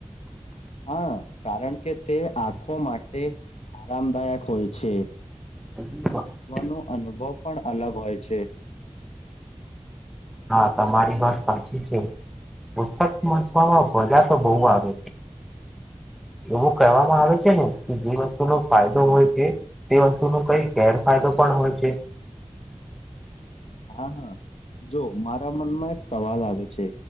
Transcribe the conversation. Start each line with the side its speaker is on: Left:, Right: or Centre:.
Left: હા કારણ કે તે આખો માટે આરામદાયક હોય છે
Centre: કપ <inaudible>
Left: ન અનુભવ પણ અલગ હોય છે
Centre: હા તમારી વાત સાચી છે પુસ્તક વાંચવામાં મજા તો બહુ આવે એવું કહેવામાં આવે છે ને કે જે વસ્તુનો ફાયદો હોય છે તે વસ્તુ ન કઈ ગેરફાયદો પણ હોય છે
Left: હા હા જો મારા મનમાં એક સવાલ આવે છે